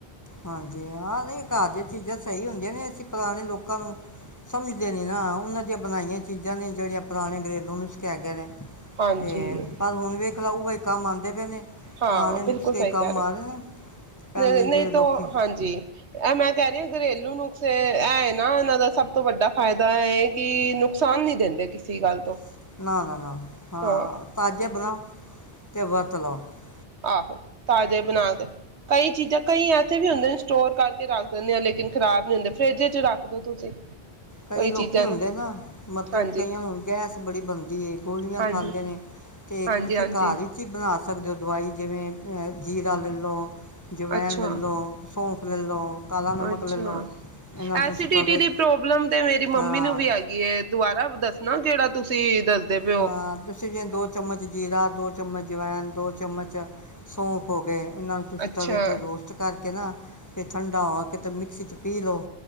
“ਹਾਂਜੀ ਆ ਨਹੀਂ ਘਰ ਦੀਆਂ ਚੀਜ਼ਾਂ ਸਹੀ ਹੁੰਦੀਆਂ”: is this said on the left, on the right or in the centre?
Left